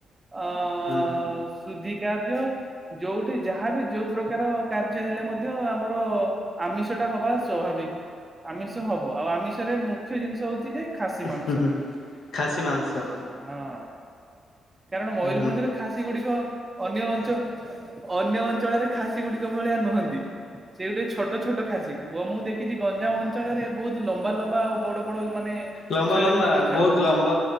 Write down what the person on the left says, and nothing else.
ହୁଁ
ହୁଁ ହୁଁ ଖାସି ମାଂସ।
ହୁଁ
ଲମ୍ବା
ଲମ୍ବା
ବହୁତ ଲମ୍ବା